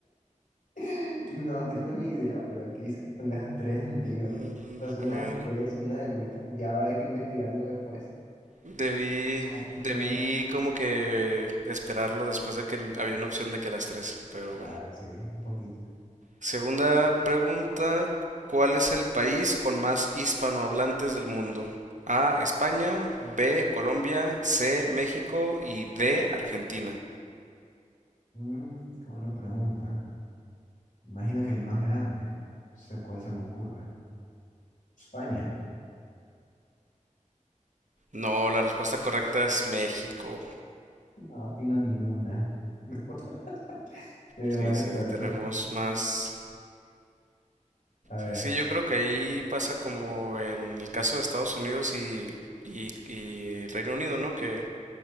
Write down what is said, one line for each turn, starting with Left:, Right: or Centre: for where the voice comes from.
Left: <laughs> No tengo ni idea, pero aquí dice que son las tres anteriores.
Right: Mm,
Left: O sea, son
Right: Bueno,
Left: las tres, son las de capital. Ya habrá que investigarlo después.
Right: debí,
Left: ¿Cómo funciona?
Right: debí
Left: eso?
Right: como que esperarlo después de que había una opción de que las tres, pero
Left: Claro,
Right: bueno.
Left: sí, un poquito.
Right: Segunda pregunta, ¿cuál es el país con más hispanohablantes del mundo? A, España, B, Colombia, C, México y D, Argentina.
Left: Mm, qué buena pregunta. Imagino que el más grande. No sé cuál se me ocurre. España.
Right: No, la respuesta correcta es México.
Left: No, atino ninguna. <laughs> Soy de
Right: Sí,
Left: mala
Right: sí,
Left: suerte.
Right: tenemos más.
Left: A ver,
Right: Sí, sí, yo creo que ahí pasa como en el caso de Estados Unidos y, y, y Reino Unido, ¿no? Que,